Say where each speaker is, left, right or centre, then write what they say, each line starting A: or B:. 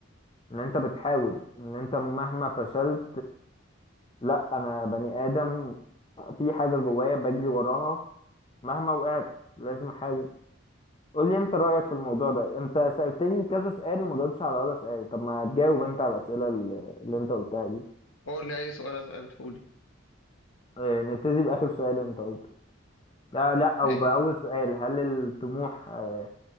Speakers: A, on the left; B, on the left.
A: ان انت بتحاول ان انت مهما فشلت لا انا بني ادم في حاجه جوايا بجري وراها مهما وقعت لازم احاول قول لي انت رايك في الموضوع ده انت سالتني كذا سؤال وما جاوبتش على ولا سؤال طب ما تجاوب انت على الاسئله اللي اللي انت قلتها دي
B: اقول لي اي سؤال اساله لي
A: آه، نبتدي باخر سؤال انت قلته لا لا او
B: حلو
A: باول سؤال هل الطموح آه،